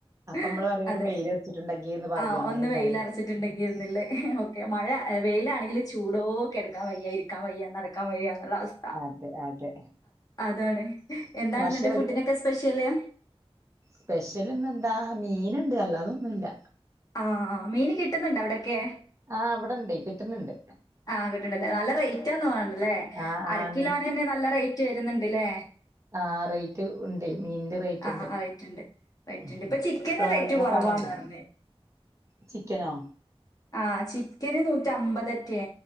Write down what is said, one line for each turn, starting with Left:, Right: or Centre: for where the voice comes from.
Right: അപ്പ
Left: ഹെ
Right: നമ്മള് പറയും
Left: അതെ
Right: ഒരു വെയിലറച്ചിട്ടുണ്ടെങ്കി എന്ന് പറയും
Left: ആ
Right: അങ്ങനെയും
Left: ഒന്ന് വെയിലർച്ച
Right: പറയും
Left: ട്ടുണ്ടെങ്കിന്നുള്ളേ ഓക്കെ മഴ വെയിലാണെങ്കിൽ ചൂടോ ഒക്കെ കേടക്കാൻ വയ്യായിരി ക്കാൻ വയ്യ നടക്കാൻ വയ്യ എന്നൂള്ള അവസ്
Right: അതെ അതെ
Left: അതാണ് എന്താണ്
Right: പക്ഷെ
Left: എന്നിട്ട് ഫുഡിനൊക്കെ
Right: ഒരു
Left: സ്പെഷ്യല്
Right: സ്പെഷ്യൽ ഇന്നെന്താ മീന്ണ്ട് അല്ലാ അതൊന്നുല്ല
Left: ആഹ മീൻ കിട്ടുന്നുണ്ടോ അവിടൊക്കെ
Right: ആഹ് അവിടെണ്ടെ കിട്ടുന്ന്ണ്ട്
Left: ആഹ് കിട്ട്ണ്ട്ല്ലേ നല്ല റേറ്റ്ന്നോണല്ലേ
Right: ആഹ്
Left: അരക്കിലോനന്നെ
Right: ആഹ്
Left: നല്ല റേറ്റ് വരുന്നുണ്ട്ല്ലേ
Right: ആ റേറ്റ് ഉണ്ടെ മീന്റെ റേറ്റ്ണ്ട്
Left: ആഹ് റേറ്റ്ണ്ട്. റേറ്റ്ണ്ട്.
Right: ഉഹ്
Left: ഇപ്പൊ ചിക്കന്
Right: ട്രോളിംഗ്
Left: റേറ്റ് കൊറവാന്ന്
Right: ഒക്കെ ആയോണ്ടി
Left: പറഞ്ഞ്.
Right: ചിക്കനോ
Left: ആ ചിക്കന് നൂറ്റി അമ്പതറ്റെ